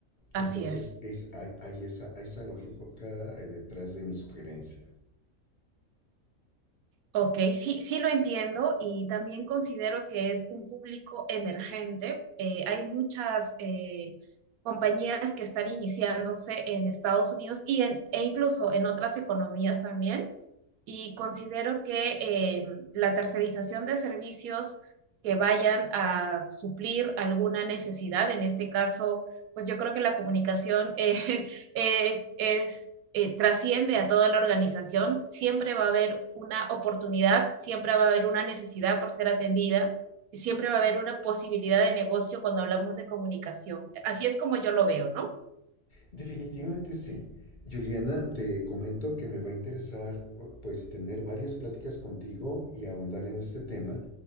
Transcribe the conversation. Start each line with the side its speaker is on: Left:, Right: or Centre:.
Right: Así
Left: Entonces
Right: es.
Left: es, hay, hay esa, hay esa lógica eh, detrás de mi sugerencia.
Right: Ok, sí, sí lo entiendo y también considero que es un público emergente. Eh, hay muchas eh, compañías que están iniciándose en Estados Unidos y en, e incluso en otras economías también y considero que eh, la tercerización de servicios que vayan a suplir alguna necesidad, en este caso, pues yo creo que la comunicación eh, <laughs> eh, es, eh, trasciende a toda la organización, siempre va a haber una oportunidad, siempre va a haber una necesidad por ser atendida y siempre va a haber una posibilidad de negocio cuando hablamos de comunicación. Así es como yo lo veo, ¿no?
Left: Definitivamente sí. Juliana, te comento que me va a interesar pues tener varias pláticas contigo y ahondar en este tema